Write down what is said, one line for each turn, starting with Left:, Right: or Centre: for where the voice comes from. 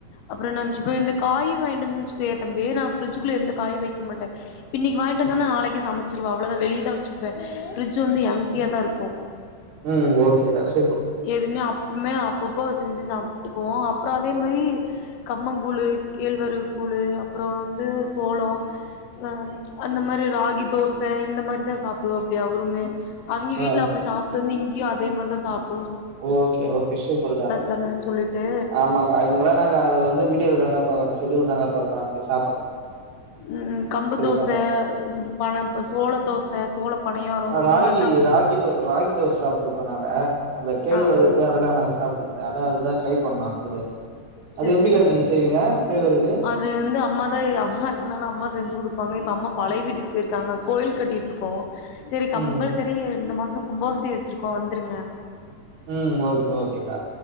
Left: அப்புறம் நம் இப்ப இருந்து காய் வாயிண்டுவந் சுக்கோ தம்பி நா பிரிட்ஜ் குள்ள எந்த காயு வைக்க மாட்ட பின்னைக்கு வாய்ன்ட்டுவந்தான
Right: ம்
Left: நாளைக்கு சம சுருவ அவ்வளோதா வெளியதா வச்சுக்குவ ஃப்ரிட்ஜ் வந்து எம்டியா தா இருக்கூ
Right: உம் ஓகேகா சு
Left: எதுமே அப் மே அப்பப்போ செஞ்சு சாப்ட்டுக்குவோ அப்ரோ அதே மாரி கம்மங்கூழு கேழ்வருகு கூழு குழு அப்ரோ வந்து சோலோ நா அந்தமாரி ராகி தோச இந்த மாரிதா சா சாப்புடுவாப்படி அவருமே அவிங்க
Right: ஆ
Left: வீட்டுல அப்படி சாப்புட்டு வந்து இங்கியு அதேமாரிதா சாப்
Right: ஓகே ஓகே சூப்பருகா
Left: தானன்னு சொல்லிட்டு
Right: ஆமாங்க அங்கள நாங்க அத வந்து வி கிரந்தாங்க பாக்ரோ செதில் தாங்க பாரோ சா
Left: உம் கம்பு தோச
Right: தாங்க.
Left: பண ப சோள தோச சோள பணியாரோ
Right: ராகி
Left: இது மாரிதா
Right: ராகி தோ ராகி தோச சாப்ட்டுருக்கோ நாங்க அந்த கேழ்வரகு
Left: ஆ ஆ
Right: அதெல்லா நாங்க சாப்ட் அத அதுதா ட்ரை பண்ணு அடுத்தது அது
Left: சேரி
Right: எப்படிகா
Left: சேரியா
Right: நீங்க செய்வீங்க கேழ்வரகு?
Left: அது வந்து அம்மா தா அம்மா இருக்கனால அம்மா செஞ்சு கொடுப்பாங்க அம்மா பழைய வீட்டுக்கு போயிருக்காங்க கோயில் கட்டிட்டுருக்கோ செரி கம்பல்சரி
Right: ம்,
Left: இந்த மாசம் கும்போசை வச்சிருக்கோ வந்துருங்க
Right: உம் ஓகே ஓகேக்கா